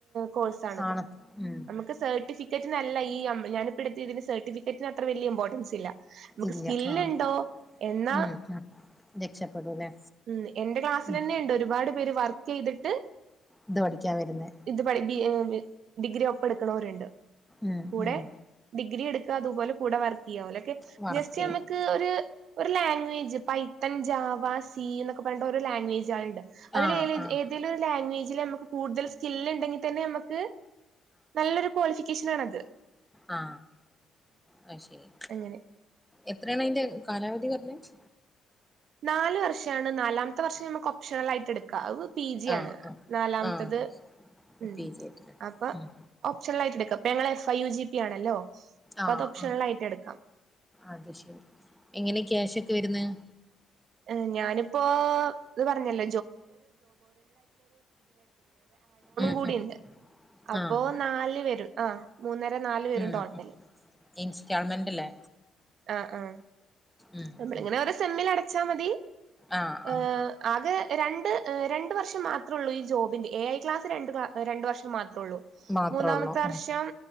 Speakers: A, on the right; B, in the centre.
A: കോഴ്സാണിത്
B: ആണ് ഉം
A: നമുക്ക് സർട്ടിഫ ക്കറ്റ് നല്ല ഈ ഞാനിപ്പടുത്തെയതിന് സർിട്ടിഫ്ക്കറ്റിന് അത്ര വലിയ ഇമ്പോർട്ടൻസ് ഇല്ല നമുക്ക്
B: ഇല്ല
A: സ്കില്ലുണ്ടോ
B: ആഹ്
A: എന്നാ
B: ഉം ഉം രക്ഷപ്പെടൂല്ലേ
A: ഉ എന്റെ ക്ലാസ്സിൽന്നെ
B: ഉം
A: ഉണ്ട് ഒരുപാട് പേര് വർക്ക് ചെയ്തിട്ട്
B: ഇത് പഠിക്കാൻ വരുന്നേ
A: ഇത് പഠി ഡിഗ്രി ഒപ്പ എടുക്കണവരുണ്ട്
B: ഉം
A: കൂടെ
B: ഉം
A: ഡിഗ്രി എടുക്കതുപലെ കൂടെ വ ക്കെ
B: വർക്ക്
A: ജസ്റ്റ്
B: ചെയ്യാം
A: നമുക്ക് ഒരു ഒരു ലാംഗ്വേജ് പൈത്തൻ ജാവ സി എന്നൊക്കെ പറയേണ്ട ഒരു ലാംഗ്വേജ് ണ്ട് അതിൽ
B: ആഹ് ആഹ്
A: ഏതെലും ഒരു ലാംഗ്വേജില് നമുക്ക് കൂടുതൽ സ്കിൽ ഇണ്ടെങ്കിൽ തന്നെ നമുക്ക് നല്ലൊരു ക്വാളിഫിക്കേഷനാണത്
B: ആ അയ് ശെരി
A: അങ്ങനെ
B: എത്രയാണ് യിന്റെ കാലാവധി <unintelligible>
A: നാല് വർഷാണ് നാലാമത്തെ വർഷം നമക്ക് ഓപ്ഷനൽ ആയി എടുക്ക അത് പി ജി
B: ആഹ്
A: ആണ്
B: ആഹ്
A: നാലാമത്തത്
B: ആഹ്
A: ഉം
B: പി ജി ആയിട്ടല്ലേ
A: അപ്പൊ
B: ഉം
A: ഓപ്ഷനൽ ആയിട്ട് എടുക്ക അപ്പ ഞങ്ങള് എഫ് ഐ യു ജിപി ആണല്ലോ അപ്പൊ
B: ആ
A: അത് ഓപ്ഷണൽ
B: ആ
A: ആയിട്ട് എടുക്കാം
B: അത് ശരി എങ്ങനെ ക്യാഷ ക്കെ വരുന്നെ
A: ഹ് ഞാനിപ്പോ <unintelligible> ആഡെണും
B: ഉം
A: കൂടി
B: ഉം
A: ഇ ണ്ട് അപ്പോ
B: ആഹ്
A: നാല് വെരും അ മൂന്നര നാല് വെരും
B: ഉം
A: ടോട്ടല്
B: ഉം ഇൻസ്റ്റാൾമെന്റ് അല്ലേ
A: ആ ആ
B: ഉം
A: നമ്മളിങ്ങനെ
B: ഉം
A: ഓരോ സെമ്മില് അടച്ചാ മതി
B: ആഹ്
A: ഏ
B: ആഹ്
A: ആകെ രണ്ട് രണ്ട് വർഷം മാത്രേ ഉള്ളൂ ഈ ജോബിന്റെ ഏ ഐ ക്ലാസ് രണ്ട് രണ്ട് വർഷം മാ തൊള്ളൂ
B: മാത്രേ
A: മൂന്നാമത്തെ
B: ഉള്ളൂ
A: വർഷം
B: ഉം